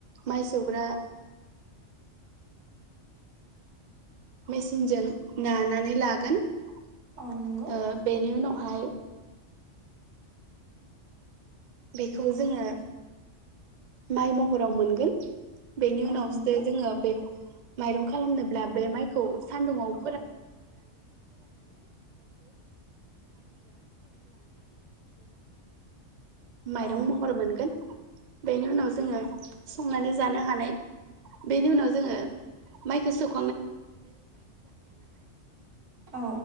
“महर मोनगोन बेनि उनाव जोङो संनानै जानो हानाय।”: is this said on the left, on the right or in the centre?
Right